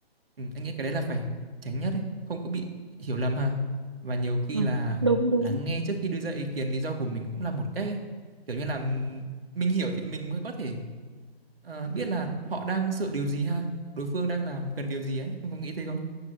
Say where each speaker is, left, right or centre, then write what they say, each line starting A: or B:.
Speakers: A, on the right; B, on the right.
A: ừ, anh nghĩ cái đấy là phải tránh nhất ấy không có bị hiểu lầm ha và nhiều khi
B: ừ,
A: là
B: đúng đúng
A: lắng nghe trước khi đưa ra ý kiến lý do của mình cũng là một cách ấy kiểu như là ừm, mình hiểu thì mình mới có thể ờ, biết là họ đang sợ điều gì ha đối phương đang làm cần điều gì ấy em có nghĩ thế không